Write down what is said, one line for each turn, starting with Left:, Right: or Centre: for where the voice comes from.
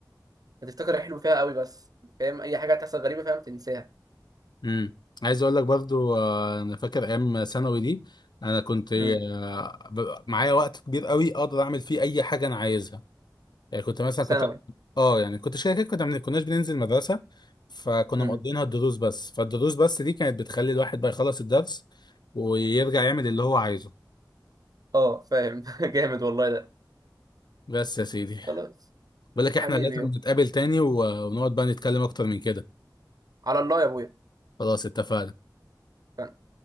Right: هتفتكر الحلو فيها قوي بس فاهم اي حاجه هتحصل غريبه فاهم تنساها
Left: امم عايز اقول لك برضو آه، انا فاكر ايام ثانوي دي انا كنت آه،
Right: امم
Left: ب- معايا وقت كبير قوي اقدر اعمل فيه اي حاجه انا عايزها يعني كنت مثلا
Right: ثانوي
Left: كنت اه يعني كنت كده كده كنا ما كناش بننزل مدرسه فكنا
Right: امم
Left: مقضينها الدروس بس فالدروس بس دي كانت بتخلي الواحد بقى يخلص الدرس ويرجع يعمل اللي هو عايزه
Right: اه فاهم <laughs> جامد والله ده
Left: بس يا سيدي
Right: خلاص
Left: بقول لك احنا
Right: حبيبي
Left: لازم
Right: يابا.
Left: نتقابل تاني و- ونقعد بقى نتكلم اكتر من كده
Right: على الله يا ابويا
Left: خلاص اتفقنا
Right: ف-